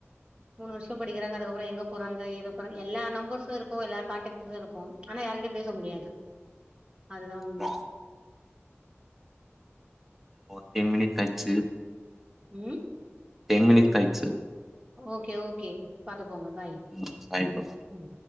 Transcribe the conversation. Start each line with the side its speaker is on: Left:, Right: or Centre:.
Right: மூணு வருஷோ படிக்கிறாங்க அதுக்கப்புறோ எங்க போறாங்க ஏது போறாங்க எல்லா நம்பர்சு இருக்கு எல்லா காண்டக்ட்டுது இருக்கும் ஆனா யார்கிட்டயு பேச முடியாது அதுதா
Centre: ப்ரோ
Right: உண்ம
Centre: ஓ டென் மினிட்ஸ் கயிச்சு
Right: ம்
Centre: டென் மினிட்ஸ் ஆய்ச்சு
Right: ஓகே ஓகே பாத்துக்கோங்க பாய்
Centre: ம் பாய் ப்ரோ
Right: ம்